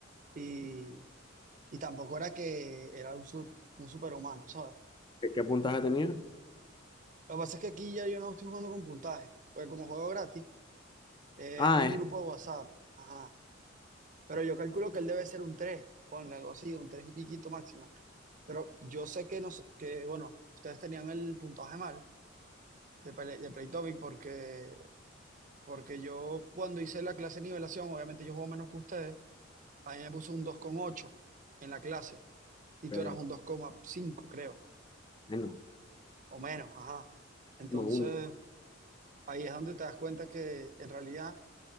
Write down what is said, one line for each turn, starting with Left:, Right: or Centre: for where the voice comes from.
Right: Y, y tampoco era que era un, su- un superhumano, ¿sabes?
Left: ¿Qué, qué puntaje tenía?
Right: Lo que pasa es que aquí ya yo no estoy jugando con puntaje, porque como juego gratis, Es
Left: Ah,
Right: un
Left: es.
Right: grupo de WhatsApp. Ajá. Pero yo calculo que él debe ser un 3, Ponle algo así, un 3 y piquito máximo. Pero yo sé que, nos, que bueno, ustedes tenían el puntaje mal de, Play- de Playtopic porque, porque yo cuando hice la clase de nivelación, obviamente yo juego menos que ustedes, a mí me puso un dos coma ocho en la clase y tú
Left: ok.
Right: eras un dos coma cinco creo,
Left: Bueno,
Right: o menos, ajá. Entonces,
Left: como uno.
Right: ahí es donde te das cuenta que en realidad,